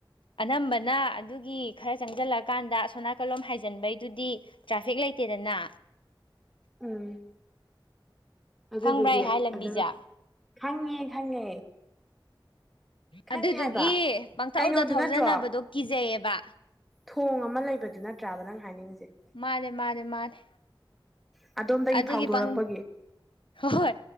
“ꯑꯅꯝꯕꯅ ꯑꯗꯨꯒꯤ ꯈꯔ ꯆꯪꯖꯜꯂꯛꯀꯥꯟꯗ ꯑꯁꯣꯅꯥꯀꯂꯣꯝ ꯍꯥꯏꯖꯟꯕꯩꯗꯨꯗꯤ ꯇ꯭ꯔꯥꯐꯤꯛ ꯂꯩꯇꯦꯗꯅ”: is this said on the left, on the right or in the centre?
Left